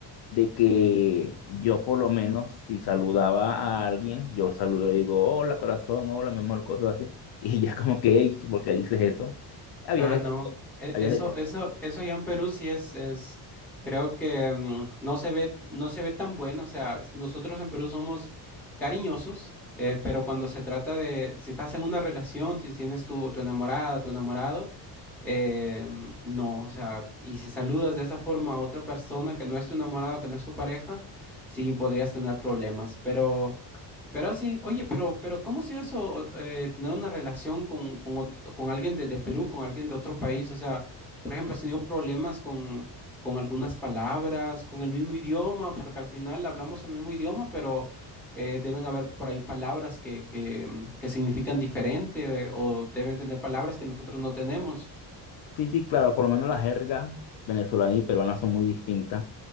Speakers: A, on the left; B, in the centre.
A: de que yo por lo menos si saludaba a alguien, yo lo saludo, digo, hola corazón, hola mi amor, cosas así. <laughs> Y ya como que, "Ey, ¿por qué dices eso? Había
B: Ah,
A: ese
B: no.
A: choque.
B: E-
A: Había
B: Eso,
A: ese
B: eso, eso ya en Perú sí es, es, creo que mm, no se ve, no se ve tan bueno. O sea, s- nosotros en Perú somos cariñosos, eh, pero cuando se trata de, si estás en una relación, si tienes tu, tu enamorada, tu enamorado, eh, mm, no, o sea, y si saludas de esa forma a otra persona que no es tu enamorado, que no es tu pareja, sí podrías tener problemas. Pero pero sí, oye, pero, pero ¿cómo ha sido eso, eh, tener una relación con, con, ot- con alguien de, de Perú, con alguien de otro país? O sea, por ejemplo, ¿has tenido problemas con, con algunas
A: choque.
B: palabras, con el mismo idioma? Porque al final hablamos el mismo idioma, pero eh, deben haber por ahí palabras que, que, mm, que significan diferente eh, o deben tener palabras que nosotros no tenemos.
A: Sí, sí, claro, por lo menos la jerga venezolana y peruana son muy distintas.